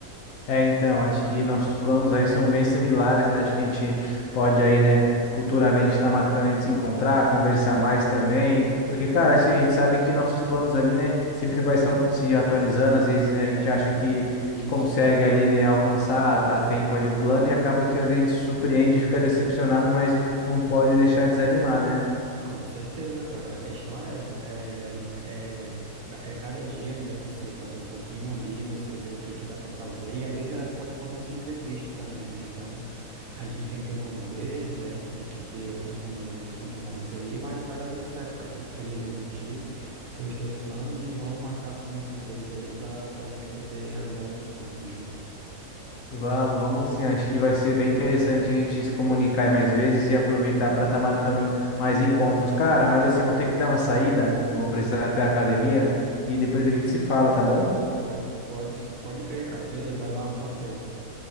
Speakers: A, on the left; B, on the right.
A: É, então, acho que nossos planos aí são bem similares, né? Acho que a gente pode aí, né, futuramente estar marcando aí de se encontrar, conversar mais também, porque, cara, assim, a gente sabe que nossos planos ali, né, sempre vai se au- se atualizando, às vezes, né, a gente acha que,
B: Isso.
A: que consegue ali, né, alcançar a, a tempo ali o plano e acaba que às vezes a gente se surpreende e fica decepcionado, mas não pode deixar de desanimar, né?
B: Com certeza, cara. A questão é essa, né? É ali, é, ca- é cada dia, né? Você fazer um pouquinho ali, você ver o que que dá pra fazer. E às vezes é- pode acontecer imprevisto também, né? Então a gente tem que ter um plano B, né? A gente tem que ter outras maneiras de contornar isso aí, mas vai dar tudo certo, cara. Fico feliz aí por ti, pelos teus planos e vamos marcar assim esse inglês aí pra, pra gente poder realizar outros sonhos juntos.
A: Vamos, vamos sim. Acho que vai ser bem interessante a gente se comunicar aí mais vezes e aproveitar para estar marcando mais encontros. Cara, mas assim, eu vou ter que dar uma saída. Eu vou precisar ir até a academia e depois a gente se fala, tá bom?
B: Pode, pode, pode crer, cara. Beleza, vai lá, um bom treino.